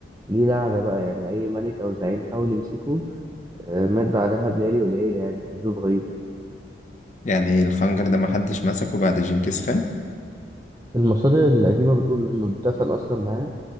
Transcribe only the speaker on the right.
ليه لعنة بقى يعني اي ملك او زعيم حاول يمسكه آه، مات بعدها بليالي قليلة يعني في ظروف غريبة
المصادر القديمة بتقول إنه اتدفن أصلا معاه